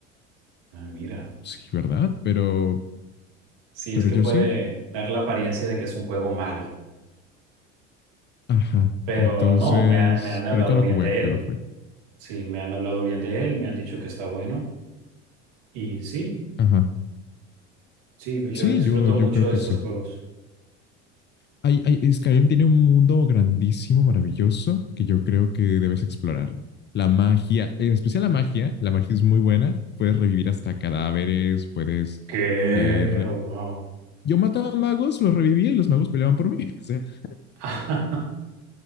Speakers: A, on the right (about 60°); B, on the left (about 30°).
A: ah, mira,
B: Sí, ¿verdad? Pero,
A: sí,
B: pero
A: es que
B: yo
A: puede
B: sí.
A: dar la apariencia de que es un juego malo,
B: Ajá.
A: pero
B: Entonces,
A: no, me, ha- me han hablado
B: pero yo lo
A: bien
B: jugué,
A: de él.
B: yo lo jugué.
A: Sí, me han hablado bien de él, me han dicho que está bueno y sí,
B: Ajá.
A: sí, yo
B: Sí,
A: disfruto
B: yo, yo
A: mucho
B: creo que
A: estos
B: sí.
A: juegos.
B: Hay, hay, Skyrim tiene un mundo grandísimo, maravilloso, que yo creo que debes explorarlo. La magia, en especial la magia, la magia es muy buena. Puedes revivir hasta cadáveres, puedes...
A: ¿Qué?
B: eh, re-
A: Wow.
B: Yo mataba magos, los revivía y los magos peleaban por mí. <laughs> O
A: <laughs>